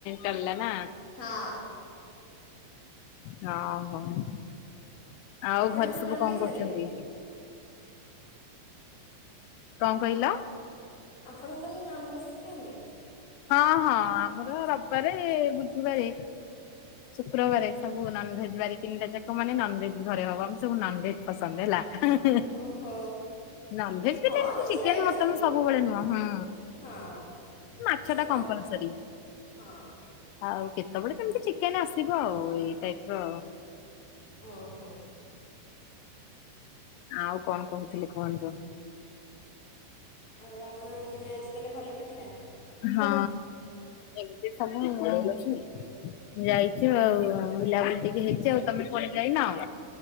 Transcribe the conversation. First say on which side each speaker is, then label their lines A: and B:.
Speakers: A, on the left; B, on the left.
A: ଚାଲିଲା ନା?
B: ହଁ
A: ନା, ହଁ। ଆଉ
B: ଆପଣଙ୍କର
A: ଘରେ ସବୁ
B: ନନଭେଜ୍
A: କଣ କରୁଛନ୍ତି?
B: ତାହେଲେ
A: କଣ କହିଲ?
B: ଆପଣ ତାହାଲେ ନନଭେଜ୍ ଖାଆନ୍ତି?
A: ହଁ, ହଁ ଆମର ରବିବାରେ ବୁଧବାରେ ଶୁକ୍ରବାରେ ସବୁ ନନଭେଜ୍ ବାରି ତିନିଟା ଯାକ ମାନେ ନନଭେଜ୍ ଘରେ ହବ। ଆମ ସବୁ ନନଭେଜ୍ ପସନ୍ଦ ହେଲା। ହଁ, ରେ।
B: ଓହୋ
A: ନନଭେଜ୍ ବି
B: ହଁ
A: ଯେମିତି
B: କିଛି
A: ଚିକେନ୍
B: ନାହିଁ ମ
A: ମଟନ୍
B: ସେମିତି
A: ସବୁବେଳେ ନୁହଁ। ହୁଁ,।
B: ହଁ।
A: ମାଛ
B: ସେଇତ
A: ଟା କମ୍ପଲସରି।
B: ହଁ
A: ଆଉ କେତେବଳେ ସେମିତି ଚିକେନ୍ ଆସିବ ଆଉ ଏଇ ଟାଇପ୍ ର।
B: ଓହୋ!
A: ଆଉ କଣ କହୁଥିଲେ କୁହନ୍ତୁ?
B: ଆଉ ଆପଣଙ୍କ ଦିନ ଆଜି ତାହେଲେ ଭଲ କଟିଲା?
A: ହଁ ଏମିତି ସମୟ ଅଛି। ଯାଇଚ ଆଉ ବୁଲାବୁଲି ଟିକେ ହେଇଚି ଆଉ। ତୋମେ କୁଆଡେ ଯାଇନ?